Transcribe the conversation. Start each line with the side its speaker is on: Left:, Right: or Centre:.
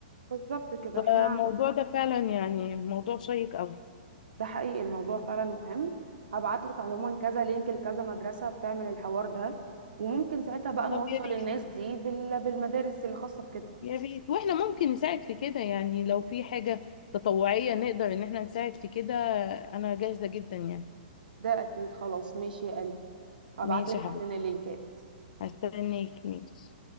Right: بالظبط كده
Left: فالموضوع
Right: احنا
Left: ده فعلا يعني موضوع شيق قوي
Right: ده حقيقي الموضوع فعلا مهم هبعت لك عموما كذا لينك لكذا مدرسه بتعمل الحوار ده وممكن ساعتها بقى نوصل
Left: طب يا ريت
Right: الناس دي بال- بالمدارس الخاصه بكده
Left: يا ريت واحنا ممكن نساعد في كده يعني لو في حاجة تطوعية نقدر ان احنا نساعد في كده انا جاهزة جدا يعني
Right: ده اكيد خلاص ماشي يا قلبي هبعت
Left: ماشي
Right: لك
Left: يا
Right: حالا
Left: حبيبتي
Right: اللينكات
Left: هستناك ماشي